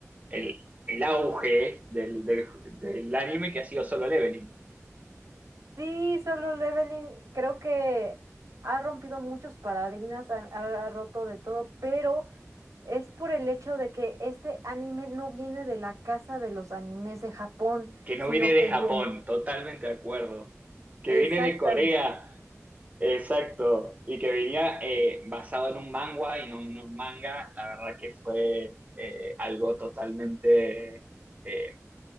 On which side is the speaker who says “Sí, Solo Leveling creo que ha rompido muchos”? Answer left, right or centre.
Right